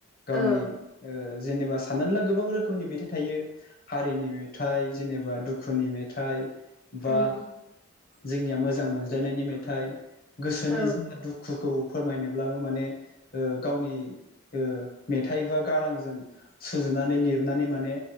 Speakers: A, on the left; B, in the centre.
A: गावनि
B: औ
A: ओ जेनेबा साननानै ला गोबां रोखोमनि मेथाइ थायो। हारिनि मेथाइ जेनेबा दुखुनि मेथाइ बा
B: उम
A: जोंनिया मोजां मोनज्लायनायनि मेथाइ गोसोनि
B: औ
A: जा दुखु दुखुखौ फोरमायनोब्लाबो माने ओ गावनि ओ मेथाइ बा गारांजों सुजुनानै लिरनानै माने